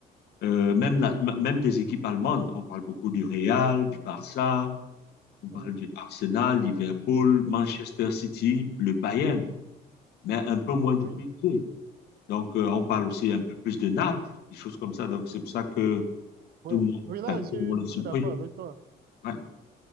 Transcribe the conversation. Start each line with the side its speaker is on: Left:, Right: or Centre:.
Left: Euh, même, la- même des équipes allemandes, on parle beaucoup du Real, du Barça, on parle
Right: Oui,
Left: du Arsenal, Liverpool,
Right: Oui,
Left: Manchester City, le Bayern, mais un peu moins du
Right: oui,
Left: PSG. Donc, euh, on parle aussi un peu plus de Naples, des choses comme ça. Donc, c'est pour ça que
Right: ouais.
Left: tout le monde,
Right: Oui, là,
Left: enfin,
Right: je suis,
Left: tout le monde est
Right: je
Left: surpris.
Right: suis d'accord avec toi.
Left: Ouais.